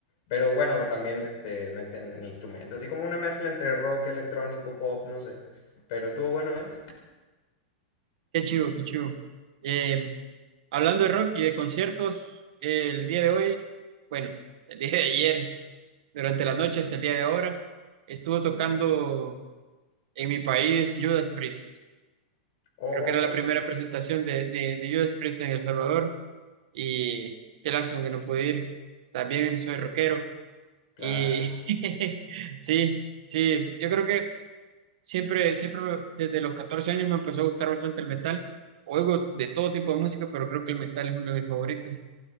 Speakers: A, on the left; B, on the right.
A: Pero bueno, también este, meten instrumentos, así como una mezcla entre rock, electrónico, pop, no sé. Pero estuvo bueno, ¿eh?
B: Qué chivo, qué chivo. Eh, hablando de rock y de conciertos, eh, el día de hoy, bueno, el día de ayer, durante la noche hasta el día de ahora, estuvo tocando en mi país Judas Priest.
A: Oh,
B: Creo que era
A: ya,
B: la primera presentación de, de, de Judas Priest en El Salvador y qué lástima que no pude ir. También soy rockero
A: claro.
B: y <laughs> sí, sí, yo creo que Siempre, siempre desde los 14 años me empezó a gustar bastante el metal. Oigo de todo tipo de música, pero creo que el metal es uno de mis favoritos.